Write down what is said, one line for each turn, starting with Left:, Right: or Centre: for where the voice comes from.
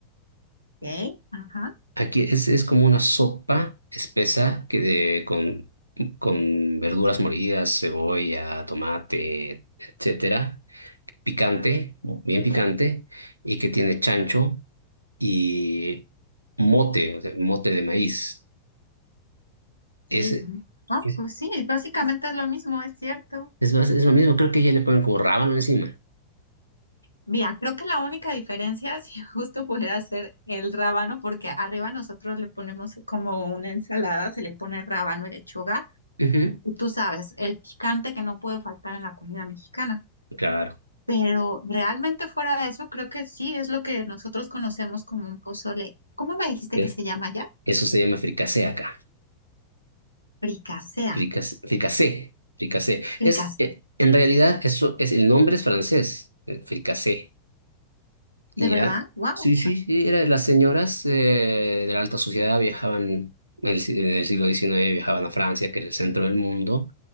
Left: Ok, Ajá.
Right: Aquí es, es como una sopa espesa que de, con, con verduras molidas, cebolla, tomate, etcétera, picante, bien picante, y que tiene chancho y mote, o sea, mote de maíz. Es,
Left: ok, ujú. No,
Right: es,
Left: pues sí, básicamente es lo mismo, es cierto.
Right: es más- es lo mismo, creo que ya le ponen como rábano encima.
Left: Mira, creo que la única diferencia, <laughs> si justo pudiera ser el rábano, porque arriba nosotros le ponemos como una ensalada, se le pone rábano y lechuga.
Right: Ujú,
Left: Y Tú sabes, el picante que no puede faltar en la comida mexicana.
Right: Claro,
Left: Pero realmente fuera de eso, creo que sí es lo que nosotros conocemos como un pozole. ¿Cómo me dijiste
Right: ¿eh?
Left: que se llama ya?
Right: Eso se llama fricasé acá.
Left: Fricasea.
Right: Fricas- Fricasé, fricasé.
Left: Fricasea.
Right: Es, eh, en realidad, eso es, el nombre es francés, eh, fricasé.
Left: ¿De
Right: Y
Left: verdad?
Right: ya.
Left: ¡Wow!
Right: Sí, sí, sí, era, las señoras eh, de la alta sociedad viajaban, en el, si- en el siglo XIX viajaban a Francia, que era el centro del mundo,